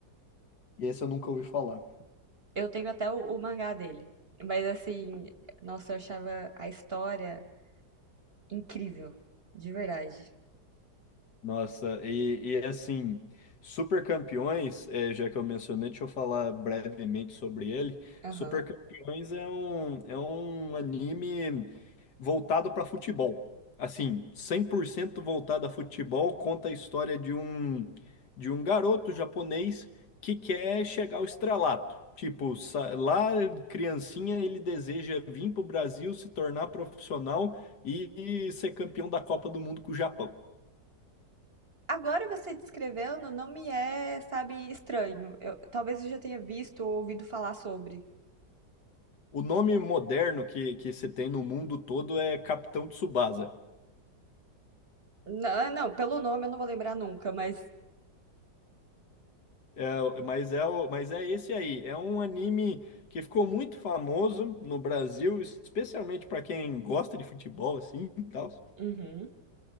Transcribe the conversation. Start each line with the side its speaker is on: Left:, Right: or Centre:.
Left: E esse eu nunca ouvi falar.
Right: Eu tenho até o, o mangá dele. Mas assim, nossa, eu achava a história incrível, de verdade.
Left: Nossa, e, e, assim, Super Campeões, eh, já que eu mencionei, deixa eu falar brevemente sobre ele.
Right: Aham.
Left: Super Campeões é um, é um anime voltado para futebol. Assim, 100% voltado a futebol, conta a história de um, de um garoto japonês que quer chegar ao estrelato. Tipo, sa- lá, criancinha, ele deseja vir para o Brasil, se tornar profissional e e ser campeão da Copa do Mundo com o Japão.
Right: Agora você descrevendo não me é, sabe, estranho. Eu- talvez eu já tenha visto ou ouvido falar sobre.
Left: O nome moderno que, que se tem no mundo todo é Capitão Tsubasa.
Right: Não, não, pelo nome eu não vou lembrar nunca, mas.
Left: É, mas, é, o- mas é esse aí. É um anime que ficou muito famoso no Brasil, especialmente para quem gosta de futebol assim e tal.
Right: Uhum.